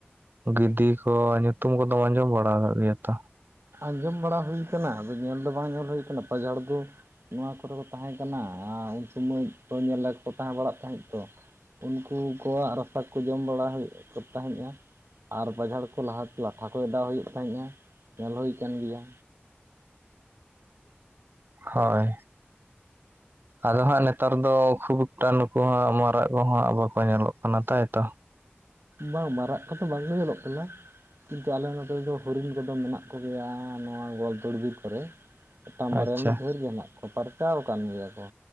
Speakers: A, on the right; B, on the right.
A: ᱜᱤᱫᱤ ᱠᱚ, ᱧᱩᱛᱩᱢ ᱠᱚ ᱫᱚᱢ ᱟᱸᱡᱚᱢ ᱵᱟᱲᱟ ᱠᱟᱫ ᱜᱮᱭᱟ ᱛᱚ᱾
B: ᱟᱸᱡᱚᱢ ᱵᱟᱲᱟ ᱦᱩᱭ ᱠᱟᱱᱟ, ᱟᱫᱚ ᱧᱮᱞ ᱫᱚ ᱵᱟᱝ ᱧᱮᱞ ᱦᱩᱭ ᱠᱟᱱᱟ ᱯᱟᱡᱷᱟᱲ ᱫᱚ, ᱱᱚᱣᱟ ᱠᱚᱨᱮ ᱠᱚ ᱛᱟᱦᱮᱸ ᱠᱟᱱᱟ ᱟᱨ ᱩᱱ ᱥᱚᱢᱚᱭ ᱠᱚ ᱧᱮᱞ ᱞᱮᱫ ᱠᱚ ᱛᱟᱦᱮᱸ ᱵᱟᱲᱟᱜ ᱛᱟᱦᱮᱸᱜ ᱛᱚ᱾ ᱩᱱᱠᱩ ᱠᱚᱣᱟᱜ ᱨᱟᱥᱟ ᱠᱚ ᱡᱚᱢ ᱵᱟᱲᱟ ᱦᱩᱭᱩᱜ ᱠᱚ ᱛᱟᱦᱮᱸᱫᱼᱟ᱾ ᱟᱨ ᱯᱟᱡᱷᱟᱲ ᱠᱚ ᱞᱟᱦᱟ ᱛᱮ ᱞᱟᱴᱷᱟ ᱠᱚ ᱚᱰᱟᱣ ᱦᱩᱭᱩᱜ ᱛᱟᱦᱮᱸᱫᱼᱟ ᱧᱮᱞ ᱦᱩᱭ ᱠᱟᱱ ᱜᱮᱭᱟ᱾
A: ᱦᱳᱭ᱾ ᱟᱫᱚ ᱦᱟᱸᱜ ᱱᱮᱛᱟᱨ ᱫᱚ ᱠᱷᱩᱵ ᱮᱠᱴᱟ ᱱᱩᱠᱩ ᱦᱟᱸᱜ ᱢᱟᱨᱟᱜ ᱠᱚᱦᱚᱸ ᱵᱟᱠᱚ ᱧᱮᱞᱚᱜ ᱠᱟᱱᱟ ᱛᱟᱭᱛᱚ᱾
B: ᱵᱟᱝ ᱢᱟᱨᱟᱜ ᱠᱚᱫᱚ ᱵᱟᱝᱠᱚ ᱧᱮᱞᱚᱜ ᱠᱟᱱᱟ᱾ ᱠᱤᱱᱛᱩ ᱟᱞᱮ ᱱᱚᱛᱮ ᱫᱚ ᱦᱚᱨᱤᱱ ᱠᱚᱫᱚ ᱢᱮᱱᱟᱜ ᱠᱚᱜᱮᱭᱟ ᱱᱚᱣᱟ ᱜᱳᱣᱟᱞᱛᱳᱲ ᱵᱤᱨ ᱠᱚᱨᱮ᱾ ᱢᱤᱫᱴᱟᱝ ᱵᱟᱨᱭᱟ
A: ᱟᱪᱪᱷᱟ
B: ᱫᱷᱮᱨ ᱜᱮ ᱢᱮᱱᱟᱜ ᱠᱚᱣᱟ ᱯᱟᱨᱪᱟᱣ ᱟᱠᱟᱱ ᱜᱮᱭᱟ ᱠᱚ